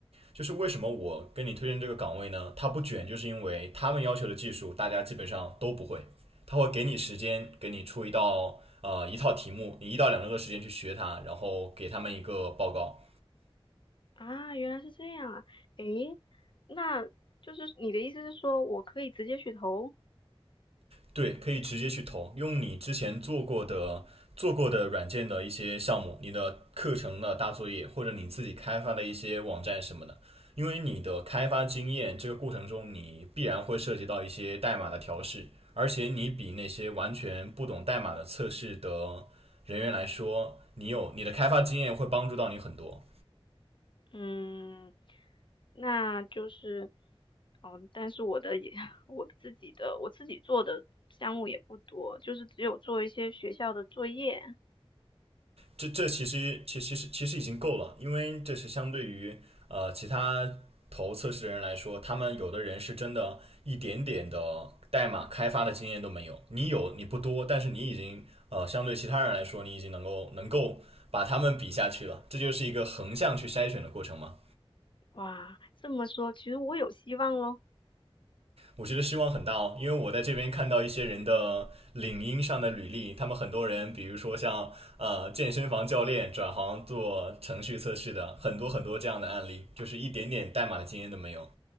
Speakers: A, on the right; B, on the left.
A: 就是为什么我跟你推荐这个岗位呢？它不卷，就是因为他们要求的技术大家基本上都不会，他会给你时间，给你出一道呃一套题目，你一到两周的时间去学它，然后给他们一个报告。
B: 啊，原来是这样啊，诶，那就是你的意思是说我可以直接去投？
A: 对，可以直接去投，用你之前做过的做过的软件的一些项目，你的课程的大作业，或者你自己开发的一些网站什么的。因为你的开发经验，这个过程中你必然会涉及到一些代码的调试，而且你比那些完全不懂代码的测试的人员来说，你有你的开发经验会帮助到你很多。
B: 嗯，那就是，哦，但是我的也，<laughs> 我自己的，我自己做的项目也不多，就是只有做一些学校的作业。
A: 这这其实其其实其实已经够了，因为这是相对于呃其他投测试的人来说，他们有的人是真的一点点的代码开发的经验都没有，你有你不多，但是你已经呃相对其他人来说，你已经能够能够把他们比下去了，这就是一个横向去筛选的过程嘛。
B: 哇，这么说，其实我有希望咯。
A: 我觉得希望很大哦，因为我在这边看到一些人的领英上的履历，他们很多人，比如说像呃健身房教练转行做程序测试的，很多很多这样的案例，就是一点点代码的经验都没有。